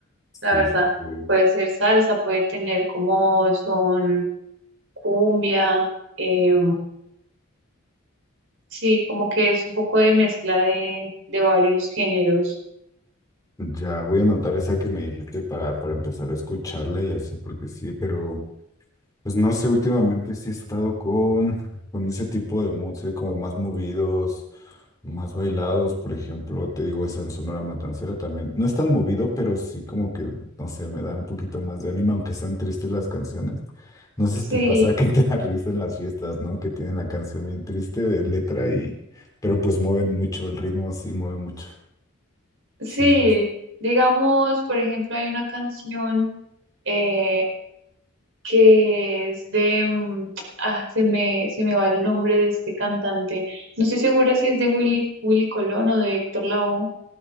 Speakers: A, on the left; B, on the right.
A: Sí,
B: la verdad.
A: sí, sí.
B: Puede ser salsa, puede tener como son cumbia, eh, sí, como que es un poco de mezcla de, de varios géneros.
A: Ya voy a anotar esa que me dijiste para, para empezar a escucharla y así, porque sí, pero pues no sé, últimamente sí he estado con, con ese tipo de moods, ¿eh? como más movidos. más bailados, por ejemplo, te digo, esa en Sonora Matancera también. No es tan movido, pero sí como que, no sé, me da un poquito más de ánimo, aunque sean tristes las canciones. No sé
B: Sí,
A: si te pasa que te <laughs> da risa en las fiestas, ¿no? Que tienen la canción bien triste de letra y... Pero pues mueven mucho, el ritmo sí mueve mucho.
B: sí,
A: Sí, sí, sí.
B: digamos, por ejemplo, hay una canción eh, que es de, mm, ah, se me, se me va el nombre de este cantante, no estoy segura si es de Willy, Willy Colón o de Héctor Lavoe.